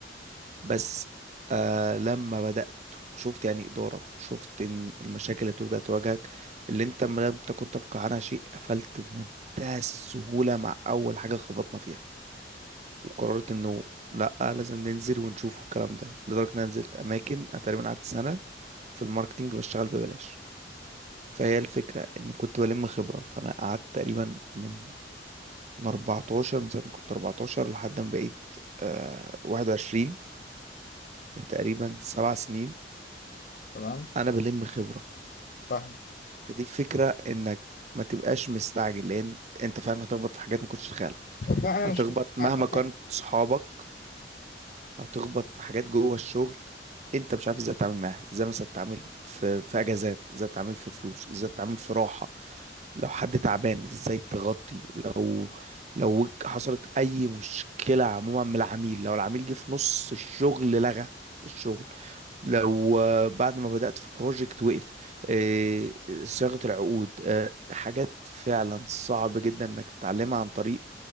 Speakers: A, on the right; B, on the left.
A: بس آه لما بدأت وشفت يعني إدارة وشفت ان المشاكل اللي بتبدأ تواجهك اللي انت ما لم تكن تفقه عنها شيء قفلت بمنتهى السهولة مع اول حاجة خبطنا فيها وقررت انه لا لازم ننزل ونشوف الكلام ده لدرجة ان انا نزلت اماكن انا تقريبا قعدت سنة في الماركتينج بشتغل ببلاش فهي الفكرة ان كنت بلم خبرة فانا قعدت تقريبا من من 14 من ساعة ما كنت 14 لحد ما بقيت آه 21 كان تقريبا سبع سنين
B: تمام
A: انا بلم خبرة
B: فاهم
A: فدي فكرة انك ما تبقاش مستعجل لان انت فعلا هتخبط في حاجات ما كنتش تتخيلها
B: والله انا
A: هتخبط
B: مش مستعجب
A: مهما كانت
B: يعني.
A: صحابك هتخبط في حاجات جوه الشغل انت مش عارف ازاي تتعامل معاها ازاي مثلا تتعامل في في اجازات ازاي تتعامل في فلوس ازاي تتعامل في راحة لو حد تعبان ازاي تغطي لو لو حصلت اي مشكلة عموما من العميل لو العميل جه في نص الشغل لغى الشغل لو آه، بعد ما بدأت في بروجكت وقف آه، صياغة العقود آه، حاجات فعلا صعب جدا انك تتعلمها عن طريق